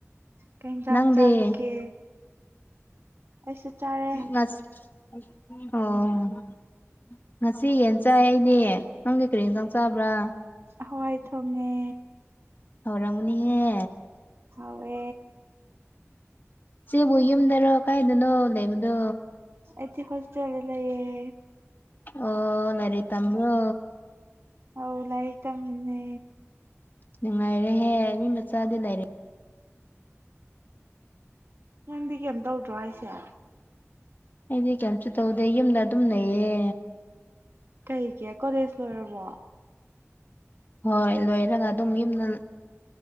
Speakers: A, on the right (about 55°); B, on the left (about 40°).
A: ꯀꯩ ꯍꯤꯟꯖꯥꯡ
B: ꯅꯪꯗꯤ
A: ꯆꯥꯒꯦ ꯑꯩꯁꯨ ꯆꯥꯔ
B: <unintelligible> ꯉꯁꯤ ꯌꯦꯟ ꯆꯥꯏ ꯑꯩꯗꯤ ꯅꯪꯗꯤ ꯀꯔꯤ ꯍꯦꯟꯁꯥꯡ ꯆꯥꯕ꯭ꯔꯥ
A: ꯍꯋꯥꯏ ꯊꯣꯡꯉꯦ
B: ꯍꯧꯔꯝꯒꯅꯤꯍꯦ
A: ꯍꯥꯎꯋꯦ
B: ꯆꯦꯕꯨ ꯌꯨꯝꯗꯔꯣ ꯀꯥꯏꯗꯅꯣ ꯂꯩꯕꯗꯣ
A: ꯑꯩꯗꯤ ꯍꯣꯁꯇꯦꯜꯗ ꯂꯩꯌꯦ
B: ꯑꯣ ꯂꯥꯏꯔꯤꯛ ꯇꯝꯕ꯭ꯔꯣ
A: ꯑꯧ ꯂꯥꯏꯔꯤꯛ ꯇꯝꯃꯤꯝꯅꯦ
B: ꯅꯤꯡꯉꯥꯏꯔꯦꯍꯦ ꯃꯤ ꯃꯆꯥꯗꯤ ꯂꯥꯏꯔꯤꯛ
A: ꯅꯪꯗꯤ ꯀꯩꯝ ꯇꯧꯗ꯭ꯔꯣ ꯍꯥꯏꯁꯦ
B: ꯑꯩꯗꯤ ꯀꯩꯝꯁꯨ ꯇꯧꯗꯦ ꯌꯨꯝꯗ ꯑꯗꯨꯝ ꯂꯩꯌꯦ
A: ꯀꯩꯒꯤ ꯀꯣꯂꯦꯖ ꯂꯣꯏꯔꯕꯣ
B: ꯍꯣꯏ ꯂꯣꯏꯔꯒ ꯑꯗꯨꯝ ꯌꯨꯝꯗ